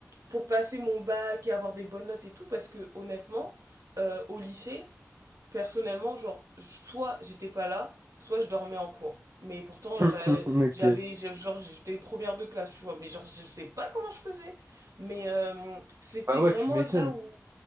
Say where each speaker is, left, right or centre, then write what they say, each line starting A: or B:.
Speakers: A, on the right; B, on the right.
A: pour passer mon bac et avoir des bonnes notes et tout, parce que, honnêtement, euh, au lycée, personnellement, genre, soit j'étais pas là, soit je dormais en cours. Mais pourtant,
B: <laughs>
A: j'a-
B: Ok.
A: j'avais, je- genre, j'étais première de classe, tu vois, mais genre, je sais pas comment je faisais. Mais euh, c'était
B: Bah ouais,
A: vraiment
B: tu m'étonnes.
A: là où.